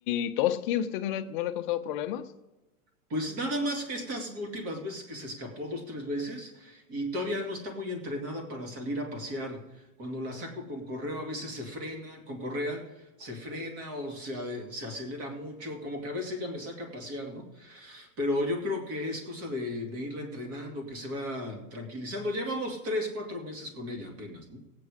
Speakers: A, on the left; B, on the right.
A: y Toski, usted no le, no le ha causado problemas?
B: Pues nada más que estas últimas veces que se escapó dos, tres veces y todavía no está muy entrenada para salir a pasear. Cuando la saco con correo a veces se frena, con correa se frena o se, a- se acelera mucho, como que a veces ella me saca a pasear, ¿no? Pero yo creo que es cosa de, de irla entrenando, que se va tranquilizando. Llevamos tres, cuatro meses con ella apenas, ¿no?